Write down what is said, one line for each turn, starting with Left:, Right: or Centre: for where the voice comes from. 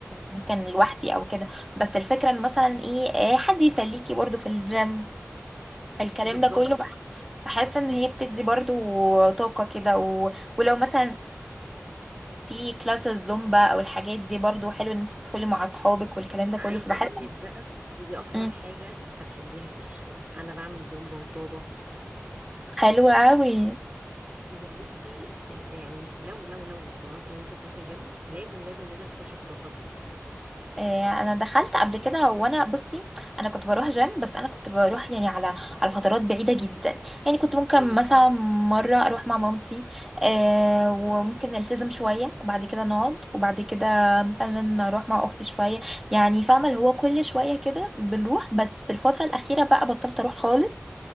Centre: ممكن لوحدي او كده بس الفكره ان مثلا ايه آه، حد يسليكي برضه في الجيم الكلام
Right: بالظبط
Centre: ده كله بح- بحس ان هي بتدي برضه طاقه كده و... ولو مثلا في كلاس الزومبا او الحاجات دي برضو حلو ان انت تدخلي مع اصحابك والكلام ده كله
Right: عايزه
Centre: فبحس
Right: اقول لك بقى دي اكتر
Centre: مم.
Right: حاجه هتحبيها في الجيم انا بعمل زومبا وطابه
Centre: حلو قوي
Right: يا بصي يعني لو لو لو قررت ان انت تروحي جيم لازم لازم لازم تخشي الكلاسات دي
Centre: آه، انا دخلت قبل كده وانا بصي انا كنت بروح جيم بس انا كنت بروح يعني على على فترات بعيده جدا يعني كنت ممكن
Right: مم.
Centre: مثلا مره اروح مع مامتي آه، وممكن نلتزم شويه وبعد كده نقعد وبعد كده مثلا اروح مع اختي شويه يعني فاهمه اللي هو كل شويه كده بنروح بس الفتره الاخيره بقى بطلت اروح خالص